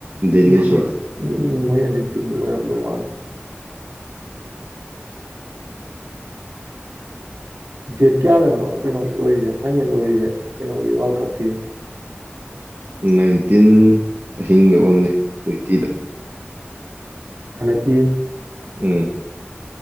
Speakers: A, on the right; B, on the right.
A: ꯗꯦꯅꯤꯁ
B: ꯎꯝ
A: ꯍꯣꯏ
B: ꯎꯝ ꯎꯝ ꯎꯝ ꯃꯣꯏ ꯑꯗꯨꯏ ꯇꯤꯝꯗꯣ ꯑꯣꯏꯔꯝꯗꯣ ꯃꯥꯜꯂꯦ ꯗꯦꯠ ꯀꯌꯥꯗꯅꯣ ꯀꯩꯅꯣ ꯑꯣꯏꯔꯤꯖꯦ ꯐꯥꯏꯅꯦꯜ ꯑꯣꯏꯔꯤꯖꯦ ꯀꯩꯅꯣꯒꯤ ꯋꯥꯔꯜ ꯀꯞꯀꯤ
A: ꯅꯥꯏꯟꯇꯤꯟ ꯑꯍꯤꯡꯗ ꯑꯣꯏꯔꯝꯅꯤ ꯇ꯭ꯋꯦꯟꯇꯤꯗꯥ
B: ꯍꯅꯛꯀꯤ
A: ꯎꯝ